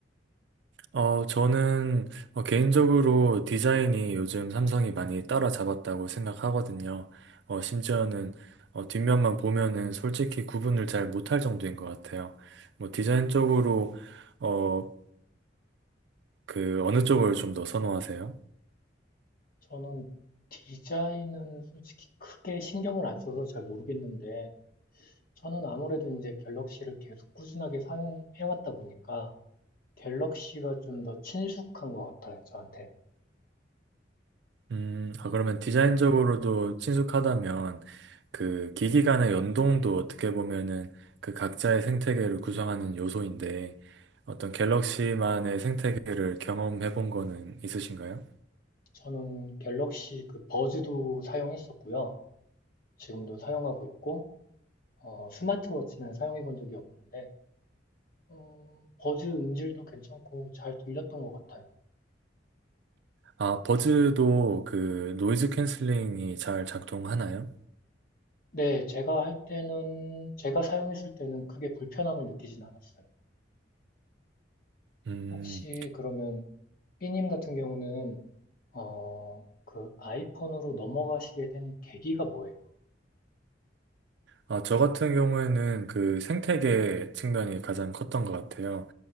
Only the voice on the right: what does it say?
어, 저는 어, 개인적으로 디자인이 요즘 삼성이 많이 따라잡았다고 생각하거든요. 어, 심지어는 어, 뒷면만 보면은 솔직히 구분을 잘 못할 정도인 것 같아요. 뭐 디자인 쪽으로 어, 그 어느 쪽을 좀 더 선호하세요?
음, 아, 그러면 디자인적으로도 친숙하다면 그 기기 간의 연동도 어떻게 보면은 그 각자의 생태계를 구성하는 요소인데 어떤 갤럭시만의 생태계를 경험해 본 거는 있으신가요?
아, 버즈도 그 노이즈 캔슬링이 잘 작동하나요?
음.
아, 저 같은 경우에는 그 생태계 측면이 가장 컸던 것 같아요.